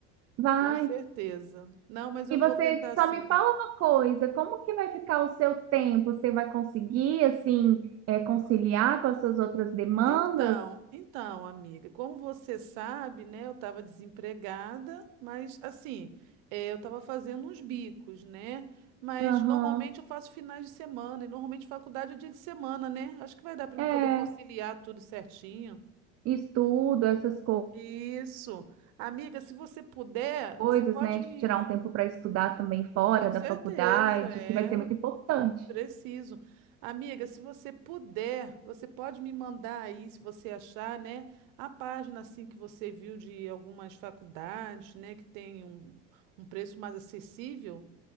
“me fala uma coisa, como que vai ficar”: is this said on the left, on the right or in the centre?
Right